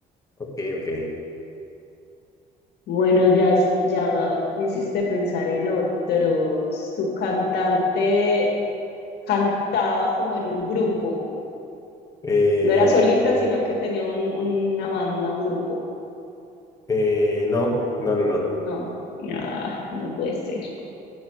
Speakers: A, on the left; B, on the left.
A: Ok, ok.
B: Bueno, ya, s- ya me hiciste pensar en otros. Tu cantante cantaba como en un grupo.
A: Eh,
B: No era solista, sino que tenía un, una banda, un grupo.
A: eh, no, no, no, no.
B: No. Ay, no puede ser.